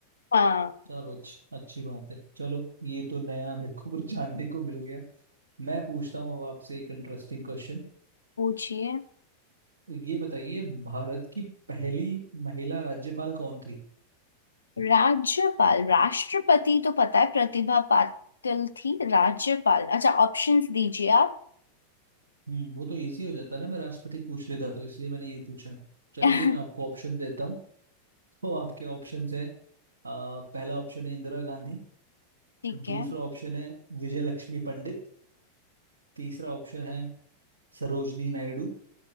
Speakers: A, on the left (about 70°); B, on the right (about 70°).
A: हाँ
B: चलो अच्छी अच्छी बात है चलो ये तो नया मेरे को कुछ जानने को मिल गया मैं पूछता हूँ अब आपसे एक इंटरेस्टिंग क्वेश्चन
A: पूछिए
B: ये बताइए भारत की पहली महिला राज्यपाल कौन थी
A: राज्यपाल राष्ट्रपति तो पता है प्रतिभा पाटिल थी राज्यपाल अच्छा ऑप्शंस दीजिए आप
B: हम्म वो तो इजी हो जाता ना मैं राष्ट्रपति पूछ लेता तो इसलिए मैंने ये पूछा चलिए
A: <laughs> ठीक
B: मैं आपको ऑप्शन देता हूँ तो आपके ऑप्शंस हैं अ, पहला ऑप्शन है इंदिरा गांधी
A: है
B: दूसरा ऑप्शन है विजय लक्ष्मी पंडित तीसरा ऑप्शन है सरोजनी नायडू